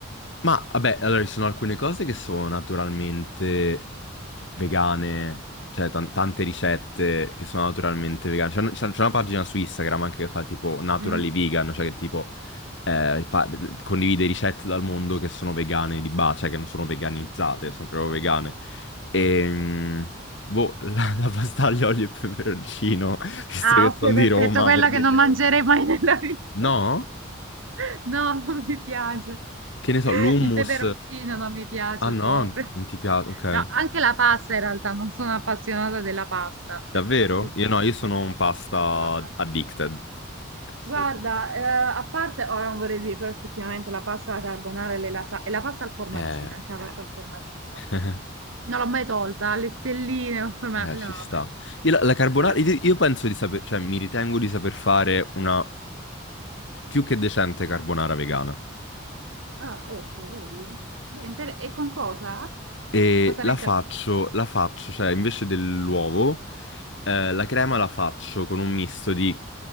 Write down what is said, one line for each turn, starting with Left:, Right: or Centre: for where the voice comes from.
Left: Ma vabbè, allora ci sono alcune cose che sono naturalmente vegane, cioè tan- tante ricette che sono naturalmente vegane. C'è una, c'è una- c'è una pagina su Instagram anche che fa tipo Naturally
Right: Mm.
Left: Vegan, cioè che tipo eh, pa- condivide ricette dal mondo che sono vegane di base, cioè che non sono veganizzate, sono proprio vegane. E boh, <laughs> la, la pasta aglio, olio e peperoncino, <laughs> visto
Right: Ah,
Left: che
Right: ok,
Left: sono
Right: perfetto,
Left: di Roma,
Right: quella
Left: per dirne
Right: che non mangerei
Left: una.
Right: mai nella vita.
Left: No?
Right: <laughs> No, non mi piace.
Left: Che ne so, l'hummus.
Right: Il peperoncino non mi piace
Left: Ah no,
Right: proprio.
Left: non ti piace, ok.
Right: No, anche la pasta in realtà, non sono appassionata della pasta, cioè
Left: Davvero?
Right: per assurdo,
Left: Io no,
Right: mi dice,
Left: io sono
Right: questo
Left: un
Right: non
Left: pasta
Right: è appassionata alla pasta.
Left: addicted. Assurdo.
Right: Guarda, eh, a parte, ora non vorrei dire, però effettivamente la pasta alla carbonara e, le lasa- e la pasta al formaggino,
Left: Eh,
Right: anche la pasta al formaggino.
Left: <laughs>
Right: Non l'ho mai tolta, le stelline, col formaggio,
Left: eh,
Right: quella
Left: ci
Right: non
Left: sta.
Right: l'ho mai
Left: Io la, la carbonara,
Right: Ah, tolta.
Left: io io penso di saper, cioè mi ritengo di saper fare una più che decente carbonara vegana.
Right: ah, ah, ecco, vedi? È Vedi? inter- E con cosa?
Left: E
Right: Cosa
Left: la
Right: mette
Left: faccio,
Right: al posto?
Left: la faccio, cioè invece dell'uovo, eh, la crema la faccio con un misto di